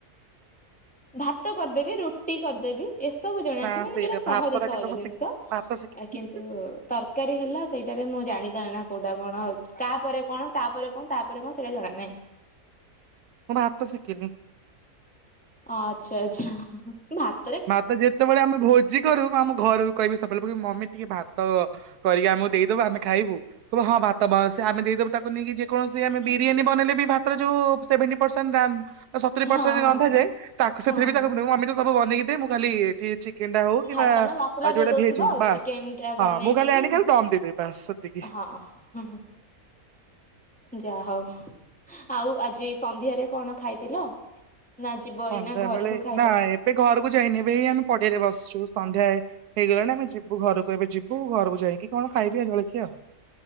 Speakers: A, in the centre; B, on the right.
A: ଭାତ କରିଦେବି ରୁଟି କରିଦେବି ଏସବୁ। ଜଣାଅଛି
B: ନା
A: ମାନେ ଯୋଉଟା
B: ସେଇଟା
A: ସହଜ
B: ଭାତଟା
A: ସହଜ
B: କିନ୍ତୁ ମୁଁ
A: ଜିନିଷ
B: ଶିଖିନି ଭାତ ଶିଖିନି
A: କିନ୍ତୁ ତରକାରୀ ହେଲା ସେଇଟାରେ ମୁଁ ଜାଣି ପାରି ନା କୋଉଟା କଣ। ତାପେର ରେ କଣ ତାପରେ କଣ ତାପରେ କଣ ସେଇଟା ଜଣା ନାହିଁ।
B: ମୁଁ ଭାତ ଶଶିଖିନି।
A: ଆଚ୍ଛା ଆଚ୍ଛା ଭା।
B: ମା ତ ଯେତେବେଳେ ଆମେ ଭୋଜି କରୁ ଆମ ଘରକୁ କଇମି ସବଲପୁରୁ ମମି ଟିକେ ଭାତ। କରିକି ଆମୁକୁ ଦେଇଦବ ଆମେ ଖାଇବୁ। କଇବ ହଁ ଭାତ ବସ ଆମେ ଦେଇଦବୁ ତାକୁ ନେଇକି ଯେକୌଣସି ଆମେ ବିରିୟାନୀ ବନେଇଲେ ବି ଭାତରେ ଯୋଉ ସେଭେଣ୍ଟି ପରସେଣ୍ଟ ରାନ୍ ଅ ସତୁରି ପରସେଣ୍ଟ
A: ହଁ ହଁ
B: ରନ୍ଦାଯାଏ
A: ହଁ।
B: ତାକୁ ସେଥିରେ
A: ହଁ
B: ବି
A: ହଁ
B: ତାକୁ ବୁଲୋଉ ମମି ତୁ ସବୁ ବେନେଇକି ଦେ ମୁଁ ଖାଲି ଏଠି ଚି ଚିକେନ୍ ଟା ହୋଉ କିମ୍ବା
A: ଖାଲି ତମେ ମସଲା ଦେଇ
B: ଯୋଉଟା
A: ଦଉଥିବ
B: ଭେଜ୍ ହୋଉ
A: ଆଉ
B: ବାସ୍
A: ଚିକେନ ଟା ବନେଇ
B: ହଁ ମୁଁ
A: ଦେଇକି
B: ଖାଲି ଆଣିକି
A: ମସ
B: ଆକୁ ଡମ୍ ଦେଇଦବି ବାସ୍। ସେତିକି।
A: ହଁ ହୁଁ ହୁଁ। ଯାଆ ହୋଉ ଆଉ ଆଜି ସନ୍ଧ୍ୟାରେ କଣ ଖାଇଥିଲ? ନା ଯିବ
B: ସନ୍ଧ୍ୟା
A: ଏଇନା ଘରୁକୁ
B: ବେଳେ
A: ଖାଇବ।
B: ନା ଏବେ ଘରକୁ ଯାଇନେଇଁ ଏବେ ଏଇ ଆମେ ପଡିଆରେ ବସିଛୁ ସନ୍ଧ୍ୟା ଏ ହେଇଗଲାଣି ଆମେ ଯିବୁ ଘରୁକୁ ଏବେ ଯିବୁ ଘରୁକୁ ଯାଇଁକି କଣ ଖାଇବି ଆ ଜଳଖିଆ ଆଉ।